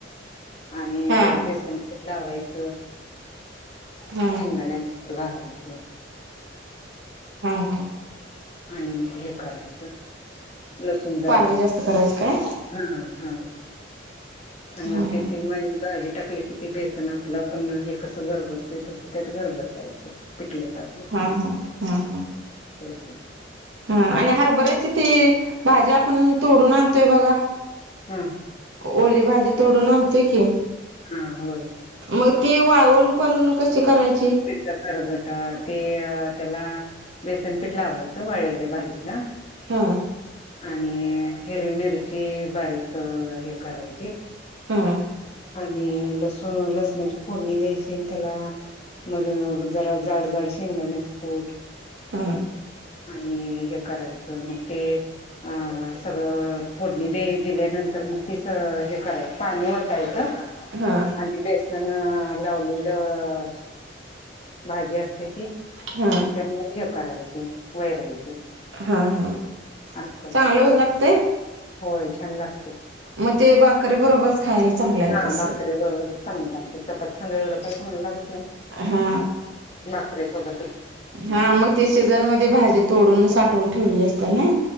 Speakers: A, on the left; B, on the right.
A: आणि
B: हा
A: जरा बेसन पीठ लावायचं
B: हा
A: शेंगण्याच. कुट घालायचं.
B: हा हा.
A: आणि मग हे करायचं. लसुण जरा
B: पाणी जास्त करायचं काय
A: हा हा. अन्
B: हा
A: ते <unintelligible> भाजीत. टाकले कि ते बेसन आपलं आपण हे कसं गरगडतोय तसं त्यात गरघटायचं पिटल्यात. आपले
B: हा.. हा.. हा हम
A: करते.
B: हा आणि हरभर्याच ती भाजी आपण तोडून आणतोय बघा.
A: हम्.
B: ओली भाजी तोडून आणतोय की
A: हा होय.
B: मग ती वाळवण पण कशी करायची.
A: तेच्या कररबेटा ते त्याला बेसनपीठ लावायचं वळल्या भाजीला
B: हा
A: आणि हे. ह मिरची बारीक हे करायची.
B: हा
A: आणि लसूण लसणाची फोडणी द्यायची त्याला मग जरा जाड जाड शेंगदाणेच कूट
B: हा.
A: आणि हे करायचं मग ते अ सगळं फोडणी दे दिल्यानंतर मग तीच हे कराय पाणी यत अ
B: हा
A: बेस लावलेलं भाजी असते ती
B: हा
A: त्यांना हे करायचे वैरायचे
B: हा हा
A: असं करतोय
B: चांगलं होत लागतय
A: होय छान लागते
B: मग ते बाकरी बरोबरच खायला चांगल लागत
A: हा
B: असेल.
A: भाकरीे बरोबरच चांगली लागते चपातघा एवढं काय चांगलं लागत
B: हा
A: सभ
B: हा मग ते सीजन मध्ये भाजी तोडून साठवून ठेवली असत ना